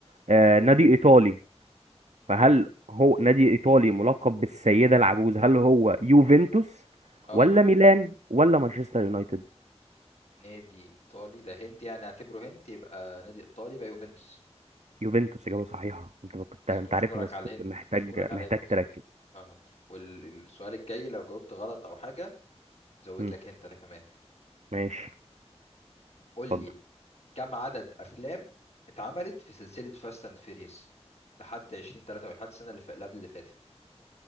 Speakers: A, on the right; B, on the left.
A: آه نادي ايطالي فهل هو نادي ايطالي ملقب بالسيدة العجوز هل هو يوفنتوس
B: اه
A: ولا ميلان ولا مانشستر يونايتد
B: نادي ايطالي ده هنت يعني اعتبره هنت يبقى نادي ايطالي يبقى يوفنتوس
A: يوفنتوس إجابة صحيحة أنت كنت
B: بس
A: أنت
B: اشكرك
A: عارفها بس
B: على
A: كنت
B: الهنت
A: محتاج
B: اشكرك على
A: محتاج
B: الهنت
A: تركز
B: اه والسؤال الجاي لو جاوبت غلط او حاجه زود
A: مم.
B: لك هنت انا كمان
A: ماشي
B: قول لي
A: اتفضل
B: كم عدد افلام اتعملت في سلسله فاست اند فيريوس لحد 2023 لحد السنه اللي ف- اللي قبل اللي فاتت